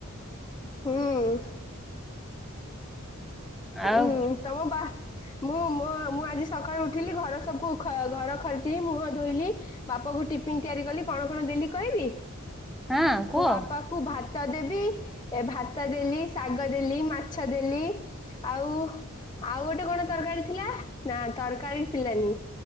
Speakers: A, on the left; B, in the centre.
A: ହୁଁ
B: ଆଉ
A: ହୁଁ ତମ ବା ମୁଁ ମୋ ମୁଁ ଆଜି ସକାଳୁ ଉଠିଲି ଘର ସବୁ ଘର ଖରକି ମୁହଁ ଧୋଇଲି। ବାପା କୁ ଟିଫିନ ତିଆରି କଲି କଣ କଣ ଦେଲି କହିବି।
B: ହଁ କୁହ
A: ମୁଁ ବାପା କୁ ଭା ଭାତ ଦେବି। ଏ ଭାତ ଦେଲି, ଶାଗ ଦେଲି, ମାଛ ଦେଲି ଆଉ ଆଉ ଗୋଟେ କଣ ତରକାରୀ ଥିଲା। ନା ତରକାରୀ ଥିଲାନି।